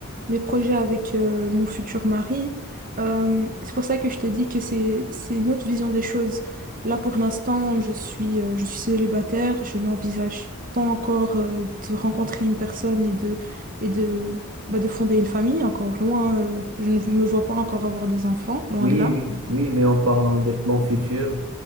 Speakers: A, on the right (about 40°); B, on the right (about 85°).
A: mes projets avec euh, mon futur mari. Euh, c'est pour ça que je t'ai dit que c'est, c'est une autre vision des choses. Là, pour l'instant, je suis, euh, je suis célibataire. Je n'envisage pas encore euh, de rencontrer une personne et de, et de, bah, de fonder une famille. Encore loin, euh, je ne me vois pas encore avoir des enfants, loin
B: Oui,
A: de là.
B: oui, oui, mais en parlant des plans futurs